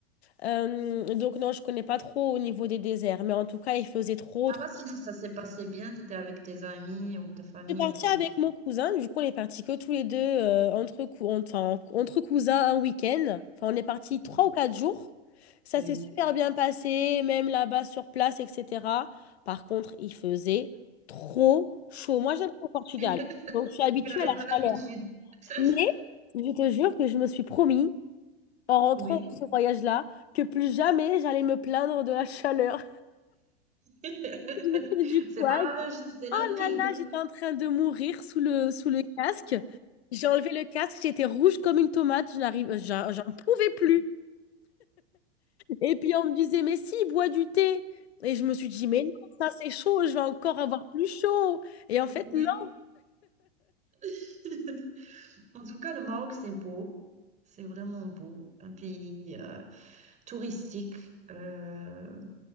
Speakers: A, on the left; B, on the right.
A: Euh, donc non, je connais pas trop au niveau des déserts, mais en tout cas, il faisait trop,
B: Ça
A: trop
B: va si ça s'est passé bien, tu étais avec tes amis ou ta famille
A: suis partie
B: ou quoi?
A: avec mon cousin, du coup on est partis que tous les deux euh, entre, cou- enfin, entre cousins un week-end. Enfin, on est partis trois
B: Oui.
A: ou quatre jours. Ça
B: oui.
A: s'est super bien passé, même là-bas sur place, etc. Par contre, il faisait trop chaud. Moi, j'aime trop le Portugal,
B: <laughs>
A: donc je suis habituée
B: Vous n'avez
A: à la
B: pas l'habitude.
A: chaleur.
B: <laughs>
A: Mais je te jure que je me suis promis, en rentrant
B: Oui,
A: de ce voyage-là, que plus jamais j'allais me plaindre de la chaleur.
B: <laughs>
A: <laughs> J'ai fait du
B: C'est
A: quad.
B: pas la même chose, c'est l'Afrique.
A: Oh là là,
B: hein.
A: j'étais en train de mourir sous le, sous le casque. J'ai enlevé le casque, j'étais rouge comme une tomate, je n'arrive, j'en j'en pouvais plus. Et puis on me disait, mais si, bois du thé. Et je me suis dit, mais non, ça c'est chaud, je vais encore avoir plus chaud. Et en fait,
B: oui.
A: non.
B: <laughs> En tout cas, le Maroc, c'est beau. C'est vraiment beau. Un pays euh, touristique. euh,